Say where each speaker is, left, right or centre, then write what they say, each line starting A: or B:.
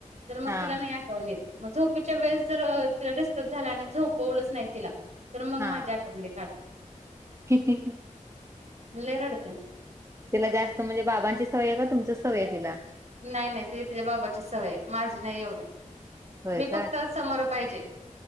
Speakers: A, on the right; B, on the right.
A: तर मग
B: हा
A: तिला नाही आठवन येत. मग झोपीच्या वेळेस जर तिला डिस्टर्ब झाला आणि झोपवलंच नाय तिला तर मग
B: हा
A: माझी आठ <unintelligible> काढ.
B: <unintelligible> <inaudible>
A: लय रडत्या.
B: तिला जास्त म्हणजे बाबांची सवय ये का? तुमचीच सवय ये तिला?
A: नाही नाही तीला तीच्या बाबाचीच सवय हाय माझी नाय एवढी
B: होय
A: मी
B: का
A: फक्त समोर पायजे.